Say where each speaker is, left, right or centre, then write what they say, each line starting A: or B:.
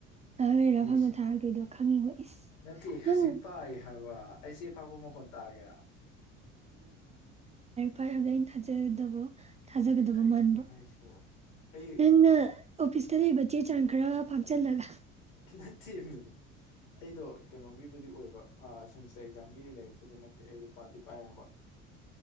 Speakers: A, on the right; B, on the left.
A: ꯉꯥꯏꯍꯥꯛ ꯂꯩꯔ ꯐꯝꯃ
B: ꯏꯁ
A: ꯊꯥꯔꯛꯇꯣꯏꯗꯣ ꯈꯪꯉꯤꯕ ꯏꯁ
B: ꯅꯠꯇꯦ ꯍꯧꯖꯤꯛ
A: ꯅꯪ
B: ꯄꯥꯏ ꯍꯥꯏꯕ ꯑꯩ ꯆꯦ ꯐꯥꯛꯄ ꯃꯈꯣꯟ ꯇꯥꯒꯦꯔꯥ
A: ꯐꯣꯏ ꯍꯥꯏꯕꯗꯤ ꯑꯩꯅ ꯊꯥꯖꯗꯕ ꯊꯥꯖꯒꯗꯕ
B: ꯀꯩꯅꯣ
A: ꯃꯥꯟꯕ꯭ꯔꯣ
B: ꯍꯥꯏꯁꯤꯕꯣ ꯑꯩ
A: ꯅꯪꯅ ꯑꯣꯐꯤꯁꯇ ꯂꯩꯕ ꯆꯦ ꯆꯥꯡ ꯈꯔ ꯄꯥꯆꯜꯂꯒ
B: ꯅꯠꯇꯦꯃꯤ ꯑꯩꯗꯣ ꯀꯩꯅꯣꯒꯤꯕꯨꯗꯤ ꯑꯣꯏꯕ ꯁꯦꯃꯤꯁꯇꯔ ꯑꯦꯛꯖꯥꯝꯒꯤ ꯂꯥꯏꯔꯤꯛꯄꯨꯗꯤ ꯅꯠꯇꯦ ꯑꯩꯗꯣ ꯄꯥꯗꯤ ꯄꯥꯏ ꯍꯥꯏꯕ <inaudible>